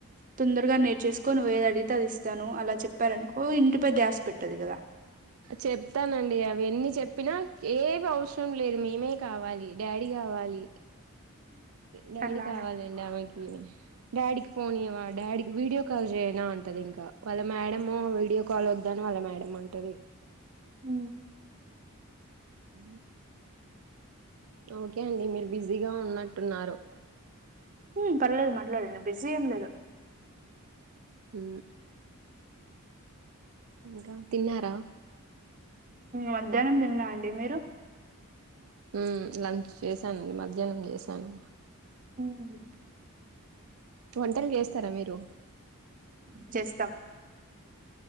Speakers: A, on the right; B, on the right.
A: తొందరగా నేర్చేసుకో నువ్వ ఏది అడిగితే అది ఇస్తాను అలా చెప్పారనుకో ఇంటిపై ధ్యాస పెట్టదు కదా
B: చెప్తానండి అవి ఎన్ని చెప్పినా కేవీ అవసరం లేదు మేమే కావాలి డాడీ కావాలి డాడీ
A: అలా
B: కావాలండి ఆమెకి డాడీకి ఫోన్ చేయవా డాడీకి వీడియో కాల్ చేయనా అంటది ఇంకా వాళ్ళ మేడము వీడియో కాల్ వద్దని వాళ్ళ మేడం అంటది
A: ఊ
B: ఊ ఓకే అండి మీరు బిజీగా ఉన్నట్టున్నారు
A: ఊ పర్లేదు మాట్లాడండి బిసీ ఏం లేదు
B: ఊ ఇంకా తిన్నారా
A: మధ్యానం తిన్నా అండి మీరు
B: ఊ లంచ్ చేశానండి మధ్యానం చేశాను
A: అవును
B: వంటలు చేస్తారా మీరు
A: చేస్తాం